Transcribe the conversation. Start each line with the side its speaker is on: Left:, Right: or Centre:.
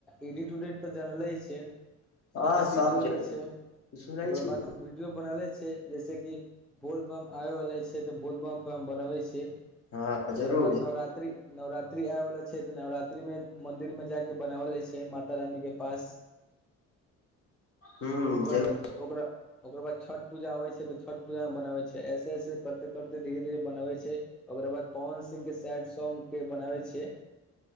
Centre: एडिट उडिट तऽ जनलै छिय। सभ
Left: हँ
Centre: सीख
Left: सब
Centre: लेबै
Left: जरूर
Centre: छै
Left: सुनै
Centre: ओकर
Left: छी
Centre: बाद हम वीडियो बना लै छै जैसे कि बोलबम आबैवला छै तऽ बोलबम पर हम बनबै छियै।
Left: हँ
Centre: ओकरा
Left: जरूर
Centre: बाद नवरात्रि नवरात्रि आबैवला छै तऽ नवरात्रि में मंन्दिर में जाके बनावलै छै माता रानी के पास
Left: ह
Centre: ओकर
Left: जरूर
Centre: बाद ओकरा ओकर बाद छठ पूजा आबै छै तऽ छठ पूजा मे बनाबै छै ऐसे-ऐसे करते-करते धीरे-धीरे बनबै छिय। ओकरा बाद पवन सिंह के सैड सॉन्ग के बनाबै छियै।